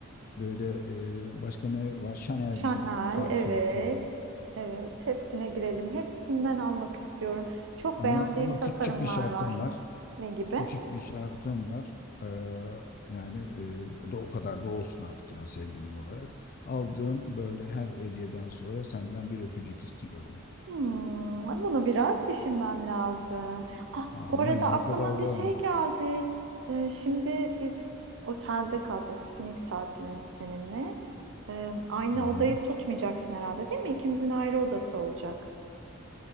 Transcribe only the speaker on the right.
Chanel
evet.
Evet, hepsine girelim. Hepsinden almak istiyorum. Çok
beğendiğim
tasarımlar
var.
Ne gibi?
Hmm, bunu biraz düşünmem lazım. Ah,
bu arada
aklıma
bir
şey geldi. Ee, şimdi biz otelde kalacağız. Bizim ilk tatilimiz seninle. Ee, aynı
odayı tutmayacaksın herhalde, değil mi? İkimizin ayrı odası olacak.